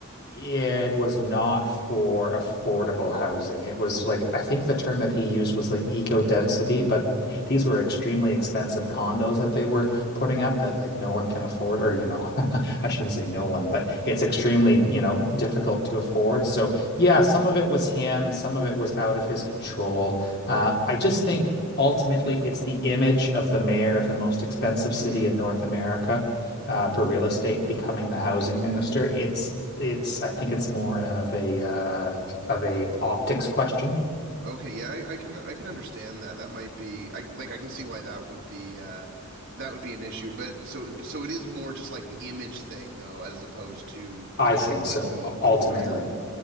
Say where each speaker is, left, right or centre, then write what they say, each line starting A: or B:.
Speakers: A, on the left; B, on the right.
A: it was not for affordable housing. It was like I think the term that he used was like eco density, but these were extremely expensive condos that they were putting up that like no one can afford, or you know, <laughs> I shouldn't say no one, but it's extremely, you know, difficult to afford. So yeah, some of it was him, some of it was out of his control. Uh, I just think ultimately it's the image of the mayor of the most expensive city
B: Hmm.
A: in North America uh, for real estate becoming the housing minister. It's it's I think it's more of a uh, of a optics question.
B: Okay, yeah, I, I can I can understand that. That might be I like I can see why that would be uh that would be an issue. But so so it is more just like an image thing though, as opposed to
A: I think
B: what
A: so,
B: he what
A: ultimately.
B: he may or